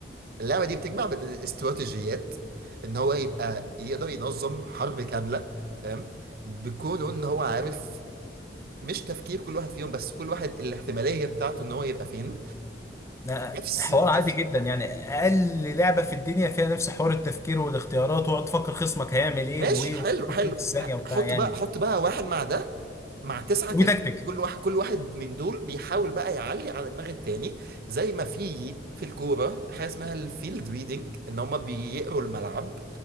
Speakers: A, on the right; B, on the left.
A: اللعبة دي بتجمع بين الاستراتيجيات ان هو يبقى يقدر ينظم حرب كاملة فاهم بكونه ان هو عارف مش تفكير كل واحد فيهم بس كل واحد الاحتمالية بتاعته ان هو يبقى فين
B: ده
A: نفس
B: حوار
A: نفس
B: عادي جدا يعني اقل لعبه في الدنيا فيها نفس حوار التفكير والاختيارات وتقعد تفكر خصمك هيعمل ايه
A: ماشي
B: وايه
A: حلو
B: وكله
A: حلو
B: في نفس ثانيه وبتاع
A: حط
B: يعني
A: بقى حط بقى واحد مع ده مع تسعة
B: وبيتكتك
A: تانيين كل واحد كل واحد من دول بيحاول بقى يعلي على دماغ التاني زي ما في في الكورة حاجة اسمها الفيلد ريدنج ان هما بيقروا الملعب